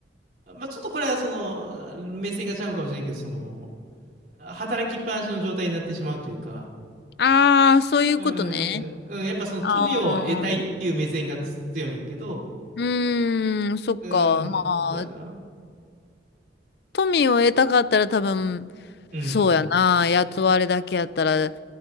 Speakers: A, on the right; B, on the left.
A: まあ、ちょっとこれはその、目線がちゃうんかもしれんけど、その、働きっぱなしの状態になってしまうというか、
B: ああ、そういうことね。
A: うん、うん、やっぱその富を得たいっていう目線がつ強いんやけど、
B: ああ、うーん、そっか。
A: うん、
B: まあ、
A: そうやな。
B: 富を得たかったら多分、
A: うん、
B: そうやな。雇われだけやったら、も